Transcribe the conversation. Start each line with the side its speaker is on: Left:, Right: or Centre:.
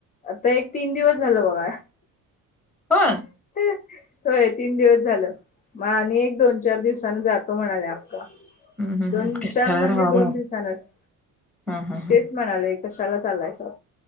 Left: ते एक तीन दिवस झाल बघा
Centre: हो
Left: व्हय तीन दिवस झाल म आणि एक दोन चार दिवस <unintelligible> जातो म्हणाल्या अक्का
Centre: हम्म हम्म
Left: दोन
Centre: हम्म कशाला
Left: चार म्हणजे
Centre: राहावा म्हणावं
Left: दोन दिवसांच
Centre: हा हा हा.
Left: तेच म्हणाले. कशाला चालायसा